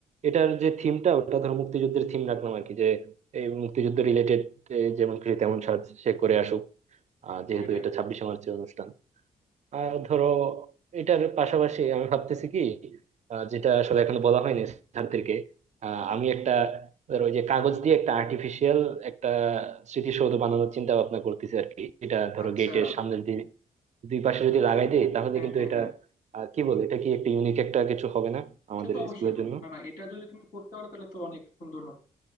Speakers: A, on the right (about 55°); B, on the left (about 70°).
A: এটার যে থিমটা ওটা ধরো মুক্তিযুদ্ধের থিম রাখলাম আর কি যে এই মুক্তিযুদ্ধ রিলেটেড যেমন খুশি তেমন সাজ সে করে আসুক আহ, যেহেতু
B: সেটাই
A: এটা ছাব্বিশে মার্চের অনুষ্ঠান আর ধরো এটার পাশাপাশি আমি ভাবতেছি কি আহ, যেটা আসলে এখনো বলা হয়নি ছাত্রীকে আহ, আমি একটা ধরো ওই যে কাগজ দিয়ে একটা আর্টিফিশিয়াল একটা স্মৃতিসৌধ বানানোর চিন্তা ভাবনা করতেছি আর কি এটা ধরো
B: আচ্ছা
A: গেটের সামনে যদি দুই পাশে যদি লাগাই দিই তাহলে
B: হ্যাঁ
A: কিন্তু
B: হ্যাঁ
A: এটা
B: হ্যাঁ
A: আহ, কি বলে এটা কি একটা ইউনিক একটা কিছু হবে না আমাদের
B: সে তো অবশ্যই
A: স্কুলের
B: বন্ধু
A: জন্য
B: না না এটা যদি তুমি করতে পারো তাহলে তো অনেক সুন্দর হবে